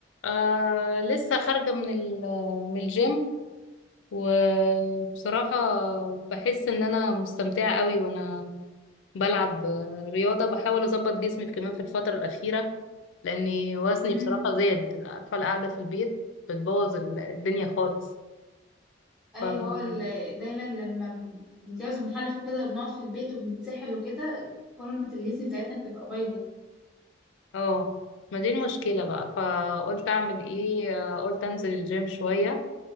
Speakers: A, on the left; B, in the centre.
A: آه لسه خارجة من ال- من الجيم وبصراحة بحس ان انا مستمتعة قوي وانا بلعب آه، رياضة بحاول اظبط جسمي في- كمان في الفترة الأخيرة لاني وزني
B: امم
A: بصراحة زاد عارفة القعدة في البيت بتبوظ ال- الدنيا خالص
B: ايوه
A: ف
B: هو ال- دايما لما بنتجوز وبنخلف وكده بنقعد في البيت وبنتسحل وكده فورمة الجسم بتاعتنا بتبقى بايظة
A: اه ما دي المشكلة بقى فقلت اعمل ايه آه، قلت انزل الجيم شوية